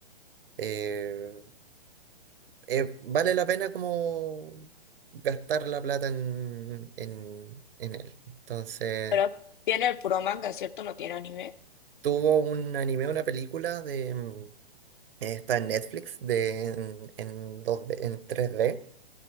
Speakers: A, on the right; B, on the left.
A: eh, eh, vale la pena como gastar la plata en, en, en él. Entonces,
B: Pero tiene el puro manga, ¿cierto? No tiene anime.
A: tuvo un anime, una película de... mm, Está en Netflix de, en, en 2D, en tres d